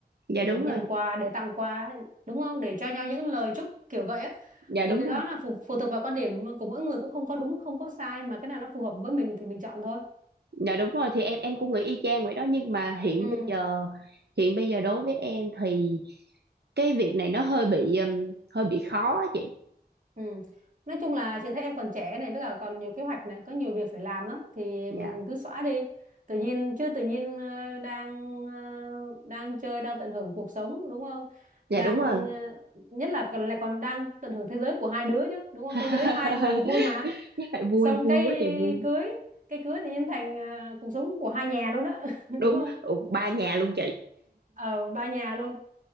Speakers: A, on the right; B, on the right.
A: dạ
B: để
A: đúng
B: nhận
A: rồi
B: quà để tặng quà đúng không để cho nhau những lời chúc kiểu vậy á
A: dạ đúng
B: thì cái
A: rồi
B: đó là phụ, phụ thuộc vào quan điểm của mỗi người cũng không có đúng không có sai mà cái nào nó phù hợp với mình thì mình chọn thôi
A: dạ đúng rồi thì em em cũng nghĩ y chang vậy đó nhưng mà hiện
B: Ừ,
A: bây giờ hiện bây giờ đối với em thì cái việc này nó hơi bị um, hơi bị khó á chị
B: ừ. Nói chung là chị thấy em còn trẻ này với cả còn nhiều kế hoạch này có nhiều việc phải làm á thì
A: dạ
B: mình cứ xóa đi tự nhiên chứ tự nhiên ờ, đang ờ, đang chơi đang tận hưởng cuộc sống đúng không
A: dạ
B: đang
A: đúng rồi
B: ờ, nhất là còn là còn đang tận hưởng thế giới của hai đứa chứ đúng không
A: <laughs>
B: thế giới hai người vui mà
A: vui
B: xong
A: vui
B: cái
A: quá chị vui
B: cưới cái cưới tự nhiên thành ờ, cuộc sống của hai nhà luôn á <laughs>
A: đúng
B: đúng không
A: ừ, ba nhà luôn chị
B: ờ ba nhà luôn